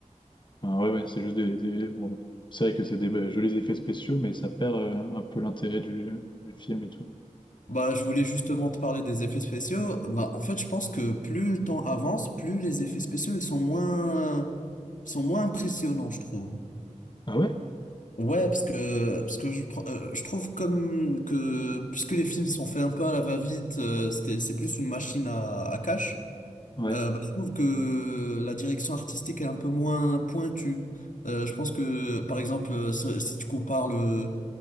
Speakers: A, on the left; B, on the left.
A: Enfin, ouais, ouais, c'est juste des, des- bon, c'est vrai que c'est des euh, jolis effets spéciaux, mais ça perd euh, un peu l'intérêt du, du film et tout.
B: Bah, je voulais justement te parler des effets spéciaux. Bah, en fait, je pense que plus le temps avance, plus les effets spéciaux ils sont moins, sont moins impressionnants, je trouve.
A: Ah ouais?
B: Ouais, parce que parce que je pr- euh, je trouve comme que puisque les films sont faits un peu à la va-vite, euh, c'était c'est plus une machine à à cash.
A: Ouais.
B: euh, bah, je trouve que la direction artistique est un peu moins pointue. Euh, je pense que par exemple, euh, si si tu compares le